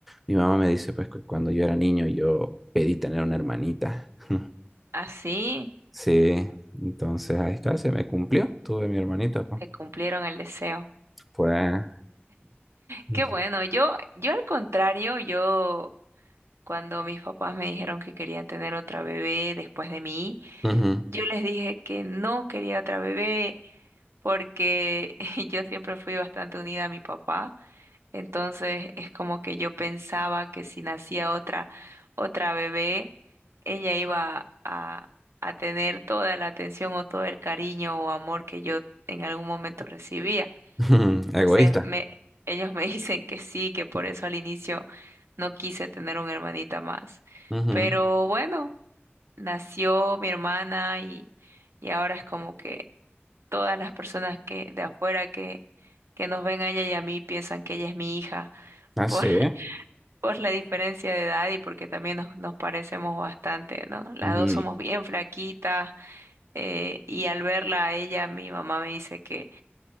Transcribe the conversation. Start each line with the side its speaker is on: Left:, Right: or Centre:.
Centre: mi mamá me dice, pues, que cuando yo era niño yo pedí tener una hermanita. <laughs>
Right: así
Centre: Sí, entonces ahí está, se me cumplió, tuve mi hermanita, pues.
Right: te cumplieron el deseo.
Centre: Fue <laughs>
Right: Qué bueno, yo, yo al contrario, yo cuando mis papás me dijeron que querían tener otra bebé después de mí,
Centre: Ujú.
Right: yo les dije que no quería otra bebé porque <laughs> yo siempre fui bastante unida a mi papá. Entonces es como que yo pensaba que si nacía otra, otra bebé, ella iba a, a tener toda la atención o todo el cariño o amor que yo en algún momento recibía.
Centre: <laughs> Ujú.
Right: Entonces
Centre: Egoísta.
Right: me, ellos me <laughs> dicen que sí, que por eso al inicio no quise tener una hermanita más.
Centre: Ujú.
Right: Pero bueno, nació mi hermana y, y ahora es como que todas las personas que de afuera que, que nos ven a ella y a mí piensan que ella es mi hija. <laughs>
Centre: Ah,
Right: por
Centre: sí.
Right: por la diferencia de edad y porque también nos, nos parecemos bastante, ¿no? Las
Centre: Ujú.
Right: dos somos bien flaquitas eh, y al verla a ella, mi mamá me dice que